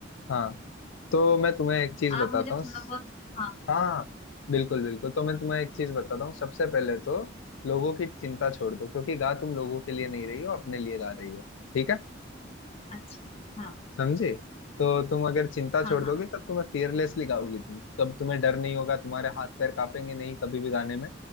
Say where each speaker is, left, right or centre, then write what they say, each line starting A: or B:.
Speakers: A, on the left; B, on the left.
A: हाँ तो मैं तुम्हें एक चीज
B: आप
A: बताता
B: मुझे थोड़ा
A: हूँ
B: बहुत हाँ
A: हाँ बिल्कुल बिल्कुल तो मैं तुम्हें एक चीज बताता हूँ सबसे पहले तो लोगों की चिंता छोड़ दो क्योंकि गा तुम लोगों के लिए नहीं रही हो अपने लिए गा रही हो ठीक है
B: अच्छा हाँ
A: समझे तो तुम अगर चिंता छोड़
B: हाँ हाँ
A: दोगे तब तुम्हें फियरलेसली गाओगी तुम तब तुम्हें डर नहीं होगा तुम्हारे हाथ पैर कांपेंगे नहीं कभी भी गाने में